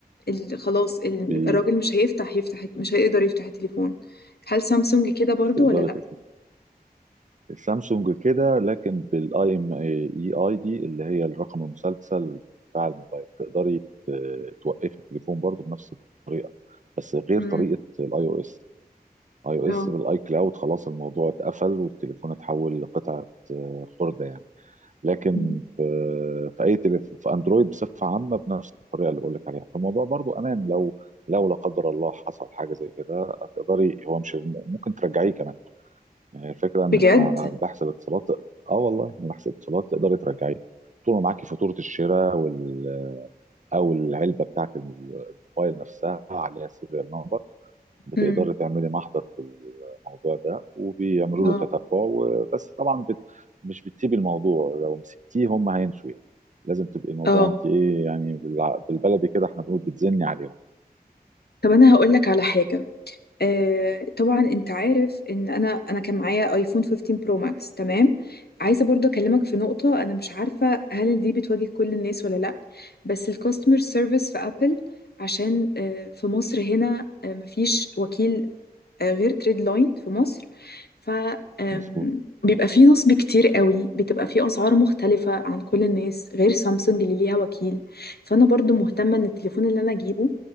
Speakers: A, on the left; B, on the right.
A: ال- خلاص ال-
B: بي-
A: الراجل مش هيفتح يفتح مش هيقدر يفتح التليفون هل سامسونج كده برضو
B: بتقدر
A: ولا لأ؟
B: تقفل السامسونج كده لكن بالاي ام اي اي دي اللي هي الرقم المسلسل بتاع الموبايل تقدري ت- توقفي التليفون برضه بنفس بس غير
A: امم
B: طريقه الاي او اس اي او
A: اه
B: اس بالاي كلاود خلاص الموضوع اتقفل والتليفون اتحول لقطعه آه، خرده يعني لكن
A: مم.
B: في في اي تليفون في اندرويد بصفه عامه بنفس الطريقه اللي بقول لك عليها فالموضوع برضو امان لو لو لا قدر الله حصل حاجه زي كده هتقدري هو مش ممكن ترجعيه كمان يعني الفكره انك
A: بجد؟
B: مع مع بحث الاتصالات اه والله مع بحث الاتصالات تقدري ترجعيه طول ما معاكي فاتوره الشراء وال او العلبه بتاعت الموبايل نفسها عليها سيريال نمبر بتقدري
A: امم
B: تعملي محضر في الموضوع ده وبيعملوا
A: اه
B: له تتبع بس طبعا بت مش بتسيبي الموضوع لو مسكتيه هم هينسوا يعني لازم تبقي الموضوع
A: اه
B: انت ايه يعني بالع- بالبلدي كده احنا بنقول بتزني عليهم
A: طب أنا هقول لك على حاجة آه طبعا انت عارف ان انا انا كان معايا ايفون 15 برو ماكس تمام عايزه برضه اكلمك في نقطه انا مش عارفه هل دي بتواجه كل الناس ولا لا بس الكاستمر سيرفيس في ابل عشان آه في مصر هنا آه مفيش وكيل آه غير تريد لاين في مصر ف آم،
B: مظبوط
A: بيبقى فيه نصب كتير قوي بتبقى فيه اسعار مختلفه عن كل الناس غير سامسونج اللي ليها وكيل فانا برضو مهتمه ان التليفون اللي انا اجيبه